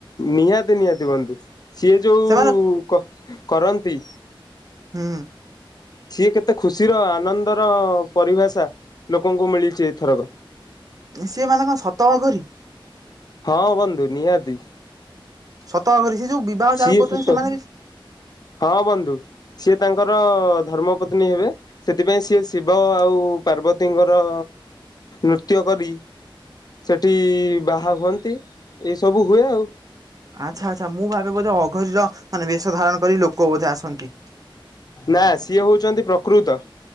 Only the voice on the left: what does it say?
ନିହାତି ନିହାତି ବନ୍ଧୁ ସିଏ ଯୋଉ
କ-କରନ୍ତି।
ସିଏ କେତେ ଖୁସିର ଆନନ୍ଦର ପରିଭାଷା ଲୋକଙ୍କୁ ମିଳିଚି ଏଇଥରକ।
ହଁ ବନ୍ଧୁ ନିହାତି।
ସିଏ
ସତ
ହଁ ବନ୍ଧୁ। ସିଏ ତାଙ୍କର ଧର୍ମ ପତ୍ନୀ ହେବେ। ସେଥିପାଇଁ ସିଏ ଶିବ ଆଉ ପାର୍ବତୀଙ୍କର ନୃତ୍ୟ କରି ସେଠି ବାହା ହୁଅନ୍ତି ଏଇ ସବୁ ହୁଏ ଆଉ।
ନା ସିଏ ହଉଚନ୍ତି ପ୍ରକୃତ